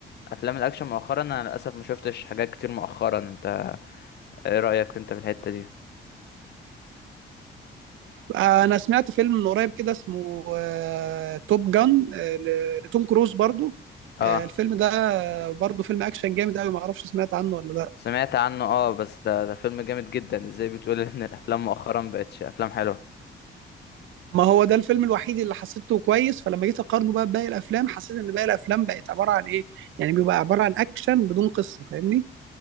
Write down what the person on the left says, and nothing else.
افلام الاكشن مؤخرا انا للاسف ما شفتش حاجات كتير مؤخرا انت ايه رايك انت في الحته دي
اه
سمعت عنه اه بس ده ده فيلم جامد جدا ازاي بتقول ان الافلام مؤخرا بقتش افلام حلوه